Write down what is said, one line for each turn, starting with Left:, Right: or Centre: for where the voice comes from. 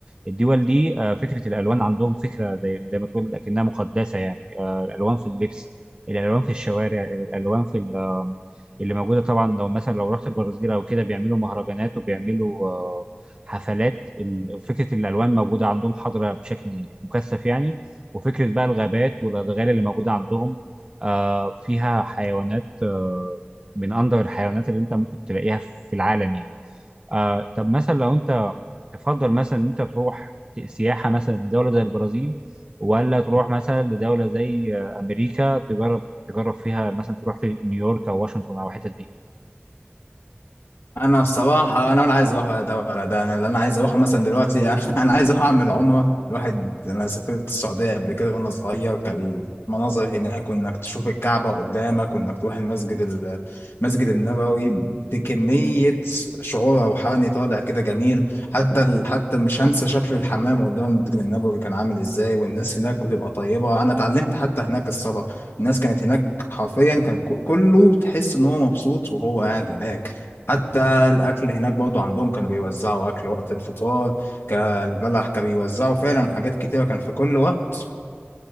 Right: الدول دي آه، فكرة الألوان عندهم فكرة زي زي ما تقول لكنها مقدسة يعني آه، الألوان في اللبس الألوان في الشوارع الألوان في ال- آه، اللي موجودة طبعا لو مثلا لو رحت البرازيل أو كده بيعملوا مهرجانات وبيعملوا آه، حفلات ال- فكرة الألوان موجودة عندهم حاضرة بشكل مكثف يعني وفكرة بقى الغابات والأدغال اللي موجودة عندهم آه، فيها حيوانات آه، من أندر الحيوانات اللي أنت ممكن تلاقيها في العالم يعني آه طب مثلا لو انت تفضل مثلا انت تروح سياحه مثلا دوله زي البرازيل ولا تروح مثلا لدوله زي آه، امريكا تجرب تجرب فيها مثلا تروح في نيويورك او واشنطن او الحتت دي
Left: انا الصراحه انا ولا عايز اروح ولا ده ولا ده انا اللي انا عايز اروحه مثلا دلوقتي <laughs> انا انا عايز اروح اعمل عمره الواحد انا سافرت السعوديه قبل كده وانا صغير كان المناظر هناك وانك تشوف الكعبه قدامك وانك تروح المسجد ال- المسجد النبوي بكميه شعور روحاني طالع كده جميل حتى ال- حتى مش هنسى شكل الحمام قدام المسجد النبوي كان عامل ازاي والناس هناك بتبقى طيبه انا اتعلمت حتى هناك الصلاه الناس كانت هناك حرفيا كان ك- كله تحس ان هو مبسوط وهو قاعد هناك حتى الاكل هناك برضو عندهم كانوا بيوزعوا اكل وقت الفطار كالبلح كانوا بيوزعوا فعلا حاجات كتيره كان في كل وقت